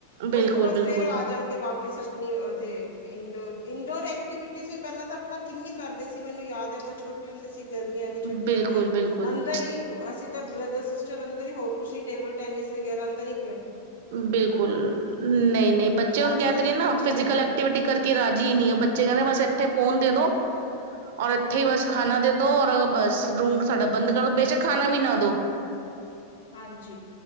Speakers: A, on the right; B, on the left.
A: ਬਿਲਕੁਲ,
B: ਓਸ ਤੋ ਬਾਦ
A: ਬਿਲਕੁਲ।
B: ਫੇਰ ਆ ਆ ਜਾਨਗੇ ਵਾਪਿਸ ਅਪਨੀ ਉਥੇ ਇੰਡੋਰ, ਇੰਡੋਰ ਐਕਟੀਵਿਟੀਜ ਪੈਲਾ ਤਾ ਆਪਨਾ ਕਿੰਨੇ ਕਰਦੇ ਸੀ ਮੈਨੂੰ ਯਾਦ ਐ ਆਪਾ ਛੋਟੇ ਹੁੰਦੇ ਸੀ ਗਰਮੀਆਂ ਦੀ ਛੁੱਟੀਆਂ
A: ਬਿਲਕੁਲ,
B: ਇੱਚ
A: ਬਿਲਕੁਲ,
B: ਅੰਦਰ ਈ ਅਸੀ ਤੇ ਬ੍ਰਦਰ-ਸਿਸਟਰ ਅੰਦਰ ਈ ਹੋਰ ਕੁਛ ਨੀ ਟੇਬਲ-ਟੈਨਿਸ ਵਗੈਰਾ ਅੰਦਰ ਈ
A: ਬਿਲਕੁਲ, ਨਈ, ਨਈ ਬੱਚੇ ਹੁਨ
B: ਅੱਜ
A: ਕੈ
B: ਕੱਲ
A: ਤੇ ਰਿਆ
B: ਦੇ
A: ਨਾ
B: ਬੱਚੇ
A: ਫਿਜਿਕਲ
B: ਹੈ ਹੀ
A: ਐਕਟੀਵਿਟੀ
B: ਨਹੀਂ
A: ਕਰ ਕੇ ਰਾਜੀ ਈ ਨੀ ਐ, ਬੱਚੇ ਕੈਂਦੇ ਬੱਸ ਐਥੇ ਫੋਨ ਦੇ ਦੋ ਔਰ ਐਥੇ ਈ ਬੱਸ ਖਾਨਾ ਦੇ ਦੋ ਔਰ ਬੱਸ ਰੂਮ ਸਾਡਾ ਬੰਦ ਕਰਦੋ ਬੇਸ਼ਕ ਖਾਨਾ ਵੀ ਨਾ ਦੋ
B: ਹਾਂਜੀ,